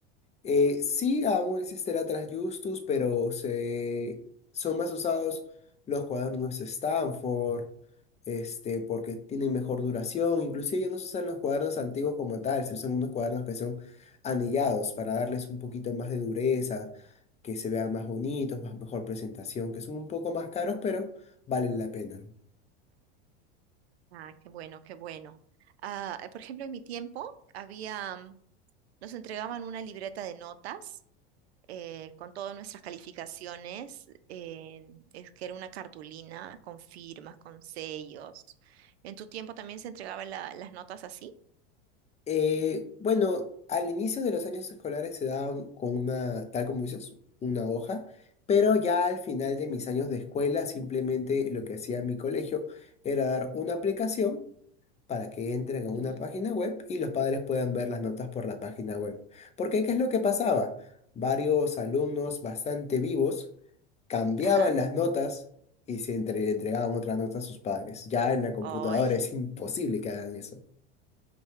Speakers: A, on the left; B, on the right.
A: Eh, sí, aún existe la Trasjustus, pero se, son más usados los cuadernos Stanford, este, porque tienen mejor duración. Inclusive ya no se usan los cuadernos antiguos como tal, se usan unos cuadernos que son anillados para darles un poquito más de dureza, que se vean más bonitos, más, mejor presentación, que son un poco más caros, pero valen la pena.
B: Ah, qué bueno, qué bueno. Ah, eh, por ejemplo, en mi tiempo había, mm, nos entregaban una libreta de notas eh, con todas nuestras calificaciones, eh, es que era una cartulina con firmas, con sellos. ¿En tu tiempo también se entregaban la- las notas así?
A: Eh, bueno, al inicio de los años escolares se daban con una, tal como dices, una hoja, pero ya al final de mis años de escuela simplemente lo que hacía mi colegio era dar una aplicación para que entren a una
B: Ujú.
A: página web y los padres puedan ver las notas por la página web. Porque, ¿qué es lo que pasaba? Varios alumnos bastante vivos cambiaban
B: Ajá.
A: las notas y se entre- le entregaban otras notas a sus padres. Ya en la computadora
B: Ay,
A: es imposible que hagan eso.